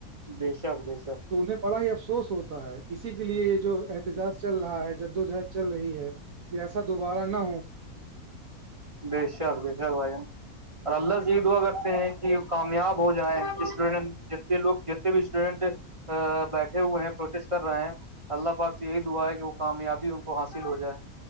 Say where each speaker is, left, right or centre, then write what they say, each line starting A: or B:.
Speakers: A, on the right (about 20°); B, on the right (about 65°).
A: بے شک ب شک
B: تو انہیں بڑا ہی افسوس ہوتا ہے اسی کے لیے یہ جو احتجاج چل رہا ہے جدوجہد چل رہی ہے کہ ایسا دوبارہ نہ ہو
A: بے شک بے شک بھائی جان اور اللہ سےید دعا کرتے ہیں کہ کامیاب ہو جائےیں اس اسٹوڈنٹ جنے لوگ جتنے بھی اسٹوڈینٹ بیٹھے ہوئے ہیں پروٹیسٹ کر رہے ہیں اللہ پاک سے یہی دعا ہے کہ وہ کامیابی ان کو حاصل ہو جائے